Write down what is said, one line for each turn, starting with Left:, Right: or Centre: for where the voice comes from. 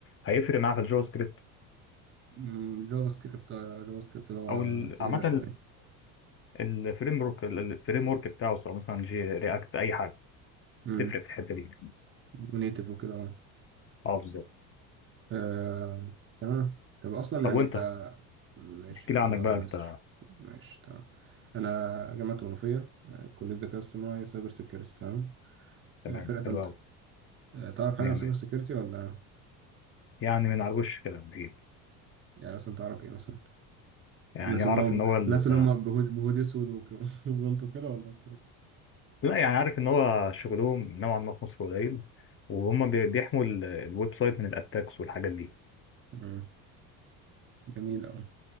Left: هيفرق معاه في الجافا سكريبت
Right: مم، جافا سكريبت آه، جافا سكريبت اللي هو
Left: أو ال-
Right: تقيله
Left: عامة
Right: شويه
Left: الفريم ورك الفريم ورك بتاعه سواء مثلا جي رياكت أي حاجة
Right: مم.
Left: تفرق في الحتة دي
Right: نيتف وكده اه
Left: أه بالظبط
Right: آه، تمام طب اصلا
Left: طب
Right: يعني
Left: وأنت
Right: انت ماشي
Left: احكي لي
Right: هكلمك
Left: عنك بقى
Right: عن
Left: أنت
Right: نفسي شوية. ماشي تمام انا جامعه منوفيه آه، كليه ذكاء اصطناعي سايبر سيكيورتي تمام
Left: تمام
Right: آه، فرقه ثالثه
Left: حلو أوي
Right: تعرف
Left: مية
Right: حاجه عن
Left: مية
Right: سايبر سيكيورتي ولا
Left: يعني من على الوش كده بعيد
Right: يعني مثلا تعرف ايه مثلا
Left: يعني
Right: الناس
Left: أعرف
Right: اللي هم
Left: إن هو ال...
Right: الناس اللي هم بهود بهود اسود وك- <laughs> وزنط وكده ولا
Left: لا يعني عارف إن هو شغلهم نوعا ما في مصر قليل وهم بي- بيحموا ال- الويب سايت من الأتاكس والحاجات دي
Right: مم. جميل قوي